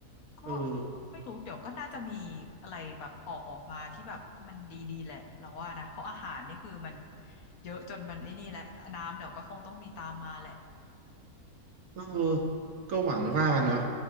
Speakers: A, on the left; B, on the right.
A: ก็
B: เออ
A: ไม่รู้ เดี๋ยวก็น่าจะมีอะไรแบบออกออกมาที่แบบมันดีๆแหละเราว่านะ เพราะอาหารนี่คือมันเยอะจนมันไอ้นี่แหละน้ำเดี๋ยวก็คงต้องมีตามมาแหละ
B: เออก็หวังว่าเนาะ